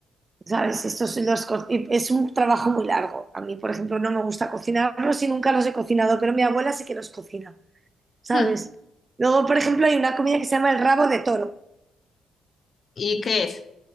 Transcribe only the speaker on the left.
Hm.
¿Y qué es?